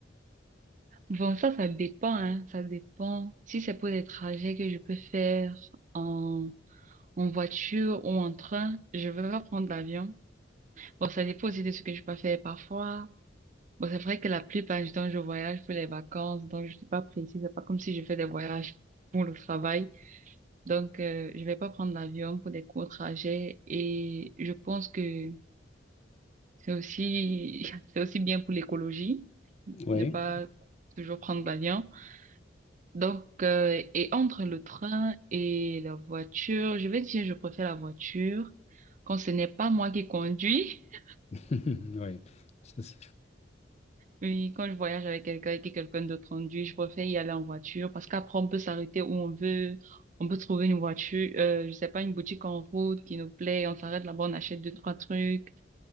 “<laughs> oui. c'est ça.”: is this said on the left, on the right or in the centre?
Left